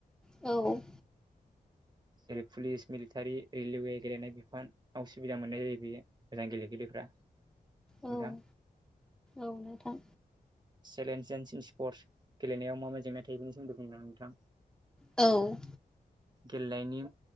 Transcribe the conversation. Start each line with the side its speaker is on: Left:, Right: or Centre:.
Centre: औ
Right: जेरै पुलिस मिलिटारि रेलवे गेलेनाय बिफान असुबिदा मोननाय जायो बेयो मोजां गेलेगिरिफ्रा
Centre: औ
Right: नोंथां
Centre: औ नोंथां
Right: चेलेन्जेनसिम स्पर्टस गेलेनायाव मा मा जेंना थायो बेनि सोन्दैदों नोंथां
Centre: औ
Right: गेलेनायनि